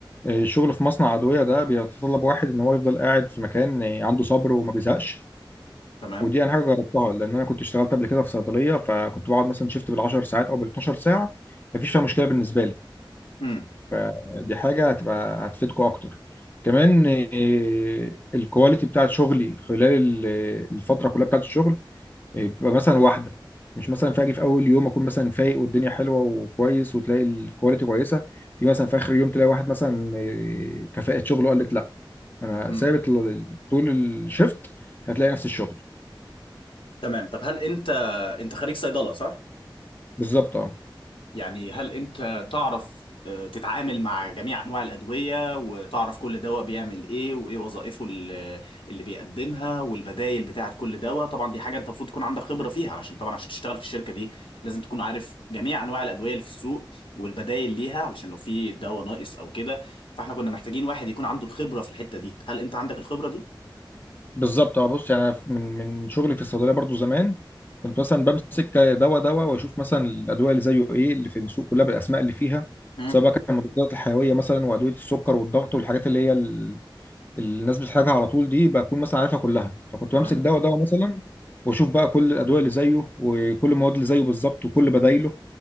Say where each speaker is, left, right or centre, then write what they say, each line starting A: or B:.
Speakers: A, on the left (about 20°); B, on the left (about 90°).
A: إيه، الشغل في مصنع ادويه ده بيتطلب واحد ان هو يفضل قاعد في مكان إيه، عنده صبر وما بيزهقش
B: تمام
A: ودي انا حاجه جربتها لان انا كنت اشتغلت قبل كده في صيدليه فكنت بقعد مثلا شيفت بال10 ساعات او بال12 ساعه مفيش فيها مشكله بالنسبه لي
B: امم
A: فدي حاجة هتبقى هتفيدكم أكتر كمان آه، الكواليتي بتاعت شغلي خلال ال- الفترة كلها بتاعت الشغل آه، بتبقى مثلا واحدة مش مثلا فاجي في أول يوم أكون مثلا فايق والدنيا حلوة وكويس وتلاقي الكواليتي كويسة تيجي مثلا في آخر يوم تلاقي واحد مثلا آه، كفاءة شغله قالت لأ أنا
B: امم
A: ثابت ل- طول الشفت هتلاقي نفس الشغل
B: تمام طب هل انت انت خريج صيدلة صح
A: بالظبط اه
B: يعني هل انت تعرف آه، تتعامل مع جميع انواع الادويه وتعرف كل دواء بيعمل ايه وايه وظائفه ال- اللي بيقدمها والبدائل بتاعه كل دواء طبعا دي حاجه انت المفروض تكون عندك خبره فيها علشان طبعا عشان تشتغل في الشركه دي لازم تكون عارف جميع انواع الادويه اللي في السوق والبدائل ليها علشان لو في دواء ناقص او كده فاحنا كنا محتاجين واحد يكون عنده الخبره في الحته دي هل انت عندك الخبره دي
A: بالظبط اه بص يعني أنا من من شغلي في الصيدليه برضو زمان كنت مثلا بمسك دواء دواء واشوف مثلا الادويه اللي زيه ايه اللي في السوق كلها بالاسماء اللي فيها
B: مم.
A: سواء بقى كان مضادات الحيويه مثلا وادويه السكر والضغط والحاجات اللي هي ال- الناس بتحتاجها على طول دي بكون مثلا عارفها كلها فكنت
B: تمام
A: بمسك دواء دواء مثلا واشوف بقى كل الادويه اللي زيه وكل المواد اللي زيه بالظبط وكل بدايله